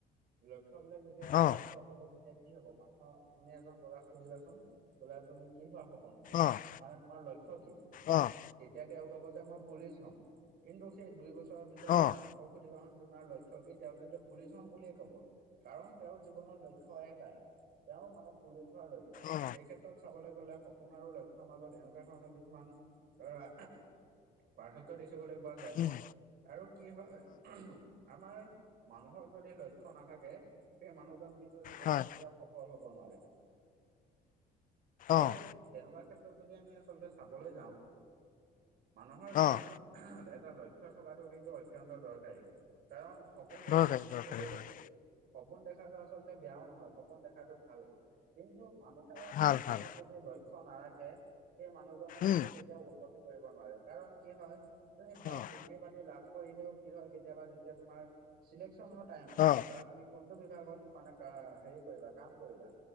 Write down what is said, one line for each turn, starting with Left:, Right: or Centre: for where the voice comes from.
Right: লক্ষ্য বিলাক যেতিয়া স্প।
Left: অ',
Right: ষ্ট হ'ব তেতিয়া কি হ'ব মানুহৰ তুমি এজন ল'ৰাক সুধিবাচোন বোলে তুমি কি হোৱা সপোন আ ছে
Left: অ', অ',
Right: মানে তোমাৰ লক্ষ্য কি?
Left: অ',
Right: তেতিয়া তেওঁ ক'ব যে মই পুলিচ হ'ম কিন্তু সেই দুই বছৰৰ পিছত
Left: অ',
Right: তেওঁ আ- কৌ সুধিবা হন তোমাৰ লক্ষ্য কি তেওঁ কিন্তু পুলিচ হম বুলিয়ে কব কাৰণ তেওঁৰ জীৱনত ল ক্ষ্য এটাই তেওঁ মানে পুলিচৰ লক্ষ্য।
Left: অ',
Right: সেই ক্ষেত্ৰত চাবলৈ গলে সপোন আৰু লক্ষ্যৰ মাজত এনেকুৱা ধৰণৰ কিছুমান। ধৰা পাৰ্থক্য দেখিবলৈ পোৱা যায়
Left: উম,
Right: আৰু কি হয়। আমাৰ মানুহৰ যদি লক্ষ্য নাথাকে সেই মানুহজন কিন্তু জীৱনত
Left: হয়
Right: কেতিয়াও। সফল হব নোৱাৰে, সেয়ে
Left: অ',
Right: তেনেকুৱা ক্ষেত্ৰত যদি আমি আচলতে চাবলৈ যাওঁ, মানুহৰ জীৱনত
Left: অ',
Right: এটা লক্ষ্য থকাটো কিন্তু অত্যন্ত দৰকাৰী কাৰণ স সপোটোতো
Left: দৰকাৰী
Right: মানুহে
Left: দৰকাৰী
Right: চবেই
Left: হয়
Right: দেখে। সপোন দেখাটো আচলতে বেয়াও নহয়, সপোন দেখাটো ভাল কিন্তু মানুহ হে
Left: ভাল
Right: জীৱনত
Left: ভাল
Right: যদি লক্ষ্য নাৰাখে সেই মানুহজনে কিন্তু
Left: উম,
Right: কে তিয়াও উন্নতি কৰিব নোৱাৰে কাৰণ কি হয় তুমি ভাল
Left: অ',
Right: ডিগ্ৰী পাতি লাভ কৰিলেও কি হয় কেতিয়াবা যেতিয়া তোমাৰ চিলেকচনৰ টাইম আহে
Left: অ',
Right: বা তুমি কোনটো বিভাগত মানে কা হেৰি কৰিবা কাম কৰিবা,